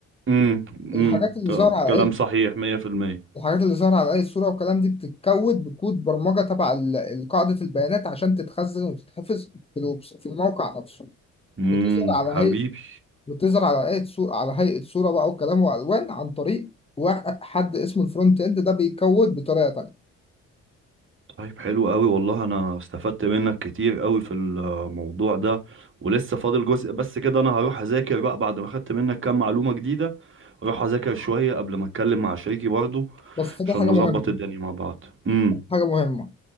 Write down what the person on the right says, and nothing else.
امم امم
ط-
كلام
صحيح 100%
امم
حبيبي
طيب حلو قوي والله انا استفدت منك كتير قوي في الموضوع ده ولسه فاضل جزء بس كده انا هروح اذاكر بقى بعد ما خدت منك كام معلومة جديدة اروح اذاكر شوية قبل ما اتكلم مع شريكي برضو
عشان
نظبط
الدنيا مع بعض امم